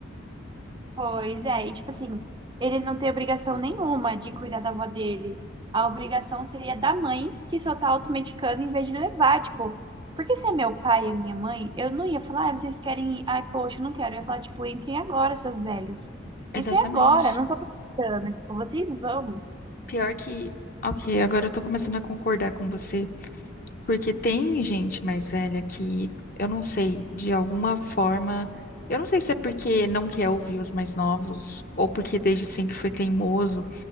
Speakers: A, on the right; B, on the left.
A: Pois é, e tipo assim, ele não tem obrigação nenhuma de cuidar da avó dele. A obrigação seria da mãe, que só tá automedicando em vez de levar, tipo, porque se é meu pai e a minha mãe, eu não ia falar, ah, vocês querem, ir? ai, poxa, eu não quero. Eu ia falar, tipo, entrem agora, seus velhos.
B: Exatamente.
A: Entrem agora, não tô precisando. né?" Tipo, vocês vão.
B: Pior que. Ok, agora eu tô começando a concordar com você, porque tem gente mais velha que, eu não sei, de alguma forma. Eu não sei se é porque não quer ouvir os mais novos, ou porque desde sempre foi teimoso,